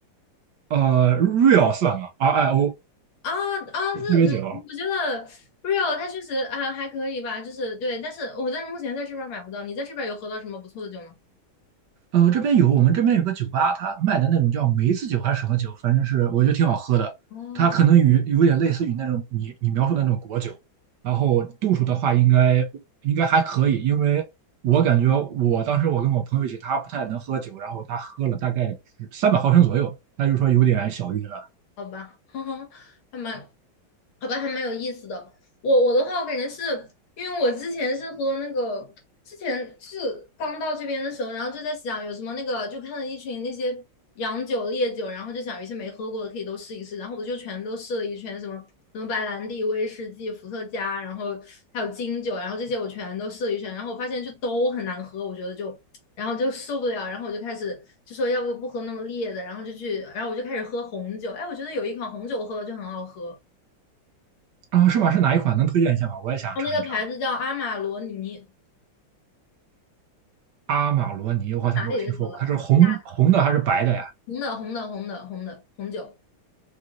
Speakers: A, on the right; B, on the left.
A: 呃，real 算吗？R I O
B: 啊啊，
A: 是鸡尾酒。
B: 这嗯，我觉得 Real 它确实啊还可以吧，就是对，但是我在目前在这边儿买不到，你在这边儿有喝到什么不错的酒吗？
A: 呃，这边有，我们这边有个酒吧，它卖的那种叫梅子酒还是什么酒，反正是我觉得挺好喝的。
B: 哦，
A: 它可能与有点类似于那种你你描述的那种果酒，然后度数的话应该应该还可以，因为我感觉我当时我跟我朋友一起，他不太能喝酒，然后他喝了大概三百毫升左右，他就说有点小晕了。
B: 好吧，<laughs> 哼哼，还蛮，好吧，还蛮有意思的。我我的话，我感觉是因为我之前是喝那个之前是刚到这边的时候，然后就在想有什么那个，就看到一群那些洋酒、烈酒，然后就想有一些没喝过的可以都试一试，然后我就全都试了一圈，什么什么白兰地、威士忌、伏特加，然后还有金酒，然后这些我全都试了一圈，然后我发现就都很难喝，我觉得就。然后就受不了，然后我就开始就说要不不喝那么烈的，然后就去，然后我就开始喝红酒。哎，我觉得有一款红酒我喝了就很好喝，
A: 啊，是吗？是哪一款？能推荐一下吗？我也想尝一尝。
B: 然后那个牌子叫阿玛罗尼，
A: 阿玛罗尼，我好像没有听说过，
B: 哪里的酒来着？
A: 它是红红的还是白的呀？
B: 大大红的红的红的红的红酒。